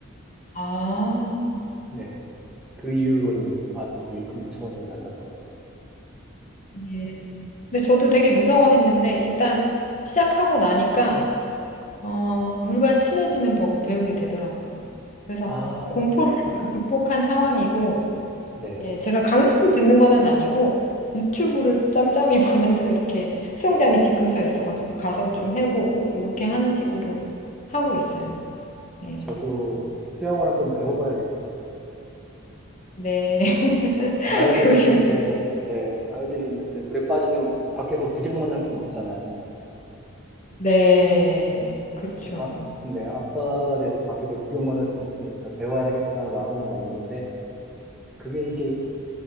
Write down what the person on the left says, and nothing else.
아,
네. 근데 저도 되게 무서워했는데 일단 시작하고 나니까 어, 물과 친해지는 법을 배우게 되더라고요. 그래서
공포를 약간 극복한 상황이고
예, 제가 강습을 듣는 거는 아니고 유튜브를 짬짬이 <laughs> 보면서 이렇게 수영장이 집 근처에 있어가지고 가서 좀 해보고 이렇게 하는 식으로 하고 있어요. 예.
네. <laughs>
배우시면
좀.
네. 그렇죠